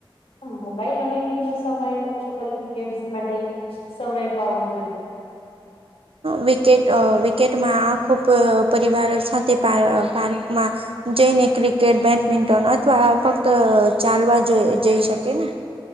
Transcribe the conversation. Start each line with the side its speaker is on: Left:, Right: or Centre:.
Left: મોબાઈલ અને ટીવી નો સમય ઓછો કરીને ગેમ્સ માટે સમય પાવવો જોઈએ,
Right: વિકેટ વિકેટમાં આખો પરિવાર સાથે પાર્કમાં જઈને ક્રિકેટ, બેડમિન્ટન અથવા ફક્ત ચાલવા જઈ શકે ને?